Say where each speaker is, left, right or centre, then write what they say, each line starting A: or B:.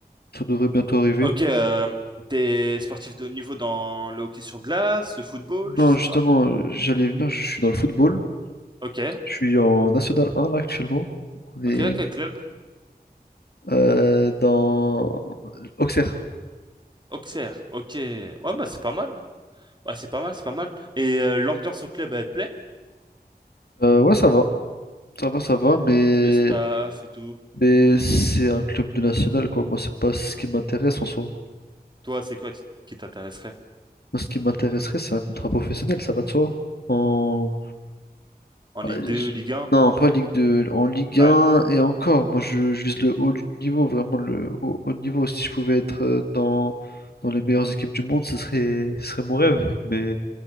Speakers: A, on the left; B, on the right.
A: ça devrait bientôt arriver.
B: Ok, euh, t'es sportif de haut niveau dans le hockey sur glace, le football, je
A: Non,
B: sais
A: justement,
B: pas.
A: euh, j'allais venir. Je suis dans le football.
B: Ok,
A: Je suis en National 1 là actuellement. On est
B: ok, quel club?
A: euh, dans Auxerre.
B: Auxerre, ok. Ouais, bah c'est pas mal. Ouais, c'est pas mal, c'est pas mal. Et euh, l'ambiance au club, elle te plaît?
A: Euh, ouais, ça va, ça va, ça va, mais,
B: Le staff et tout.
A: mais c'est un club de national, quoi. Moi, c'est pas ce qui m'intéresse en soi.
B: Toi, c'est quoi t- qui t'intéresserait?
A: Moi, ce qui m'intéresserait, c'est un contrat professionnel, ça va de soi. En...
B: En Ligue
A: Ah, je-
B: 2, Ligue 1?
A: Non, pas Ligue 2, en Ligue
B: Ouais,
A: 1 et encore. Moi, je, je vise le haut du niveau, vraiment le haut, haut niveau. Si je pouvais être euh, dans, dans les meilleures équipes du monde, ce serait, ce serait mon rêve, mais